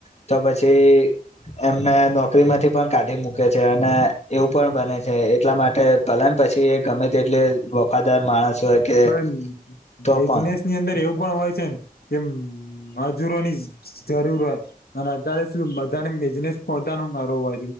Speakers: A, on the left (about 45°); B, on the left (about 80°).
A: તો પછી એમને નોકરી માંથી પણ કાઢી મૂકે છે, અને એવું પણ બને છે. એટલા માટે ભલેમ પછી, એ ગમે તેટલે વખાદાર માણસ હોય કે
B: પણ
A: તો
B: બિઝનેસ
A: પણ
B: ની અંદર એવું પણ હોય છેને, કેમ હજુરોની જરૂર હોય, અને અત્યારે શું બધાને બિઝનેસ પોતા ન મારો હોય,